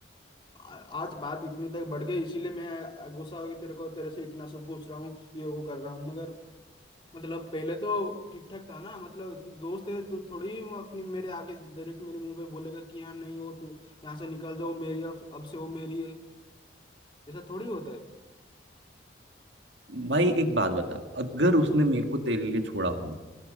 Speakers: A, on the left; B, on the right.
A: आ- आज बात इतनी तक बढ़ गई इसीलिए मैं गुस्सा हो गई तेरे को तेरे से इतना सब पूछ रहा हूँ ये वो कर रहा हूँ मगर मतलब पहले तो ठीक ठाक था ना मतलब तू दोस्त है तो थोड़ी वो अपनी मेरे आगे डायरेक्ट मेरे मुंह पे बोलेगा कि हाँ नहीं हो तू यहाँ से निकल जाओ मेरी अब अब से वो मेरी है ऐसा थोड़ी होता है
B: भाई एक बात बता अगर उसने मेरे को तेरे लिए छोड़ा होगा